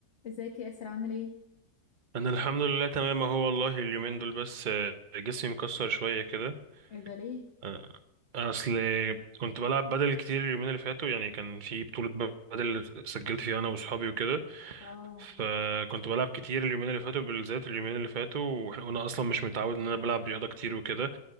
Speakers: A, on the left (about 40°); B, on the right (about 45°).
A: ازيك يا ياسر عامل ايه
B: انا الحمد لله تمام اهو والله اليومين دول بس آه، جسمي مكسر شويه كده
A: ايه ده ليه؟
B: آه، اصل كنت بلعب بدل كتير اليومين اللي فاتوا يعني كان في بطوله بدل سجلت فيها انا واصحابي وكده
A: اه
B: فكنت بلعب كتير اليومين اللي فاتوا بالذات اليومين اللي فاتوا واحنا وانا اصلا مش متعود ان انا بلعب رياضه كتير وكده